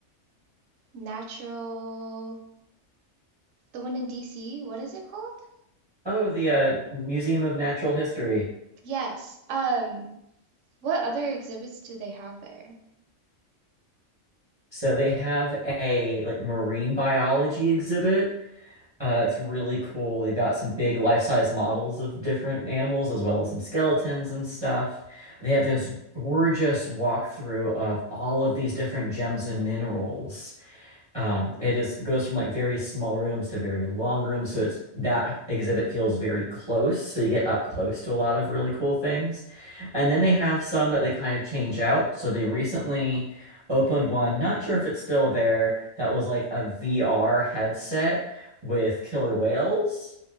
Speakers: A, on the right; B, on the right.
A: natural, the one in DC, what is it called?
B: Oh, the uh, Museum of Natural History.
A: Yes. Um, What other exhibits do they have there?
B: So they have a like marine biology exhibit Uh, it's really cool. They've got some big life-size models of different animals, as well as some skeletons and stuff. They have this gorgeous walkthrough of all of these different gems and minerals. Um, it is goes from like very small rooms to very long rooms, so it's that exhibit feels very close. So you get up close to a lot of really cool things. And then they have some that they kind of change out. So they recently opened one, not sure if it's still there, that was like a VR headset with killer whales.